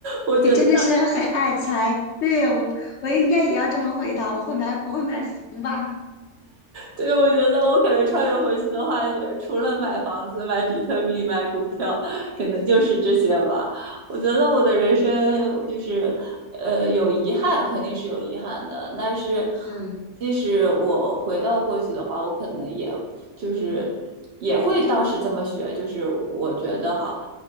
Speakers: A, on the right; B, on the left.
A: 我觉得
B: 你真的是很爱财，对我，我应该也要这么回答。我会买，我会买房吧。
A: 对，我觉得我可能穿越回去的话，呃除了买房子、买比特币、买股票，可能就是这些吧。我觉得我的人生我就是，呃，有遗憾肯定是有遗憾的，但是
B: 嗯
A: 即使我回到过去的话，我可能也就是也会当时这么学，就是我觉得哈。